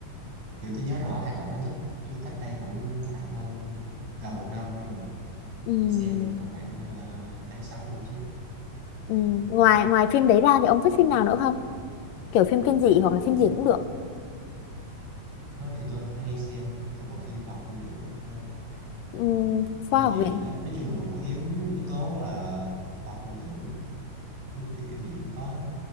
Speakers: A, on the right (about 50°); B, on the left (about 80°).
A: kiểu tôi nhớ rõ hai đoạn đó nhất chứ cách đây cũng khoảng hơn gần một năm rồi
B: ừ.
A: tôi xem được vào khoảng ờ, tháng 6 năm trước
B: ừ ngoài ngoài phim đấy ra thì ông thích phim nào nữa không kiểu phim kinh dị hoặc là phim
A: Ừ.
B: gì cũng được
A: Đó thì tôi hay xem các bộ phim khoa học viễn tưởng hơn
B: ừ. khoa
A: kinh
B: học
A: dị
B: viện
A: nó nói chung là cũng có yếu yếu tố là khoa học viễn tưởng giống như phim kinh dị cũng có đó